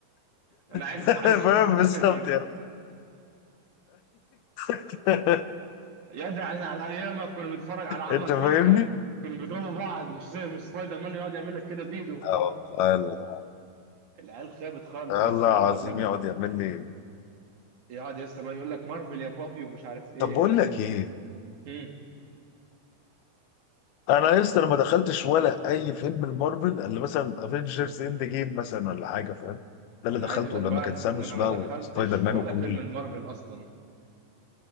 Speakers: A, on the right (about 55°); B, on the left (about 80°).
A: انا عايز
B: <laughs>
A: عايز
B: فاهم
A: <laughs> اسم
B: بالظبط
A: ستيتمنت
B: يعني <laughs>
A: يا ده يعني على ايامك كنا بنتفرج على عمك
B: انت فاهمني؟
A: بويكا كانوا بيضربوا بعض مش زي مش سبايدر مان يقعد يعمل لك كده بايده
B: آه والله الله
A: العيال خابت خالص
B: الله
A: يا اسطى
B: عظيم
A: ويقعد لك
B: يقعد يعمل لي
A: يقعد لسه بقى يقول لك مارفل يا بابي ومش عارف ايه
B: طب بقول
A: انا كلمه
B: لك ايه
A: امم
B: انا يا اسطى أنا ما دخلتش ولا اي فيلم المارفل اللي مثلا افنجرز اند جيم مثلا ولا حاجه فاهم ده اللي
A: انا
B: دخلته
A: عايز اقول لك
B: لما
A: بقى
B: كان
A: ان
B: ثانوس
A: انا
B: بقى
A: ما دخلتش
B: وسبايدر مان
A: ولا
B: وكل
A: فيلم المارفل اصلا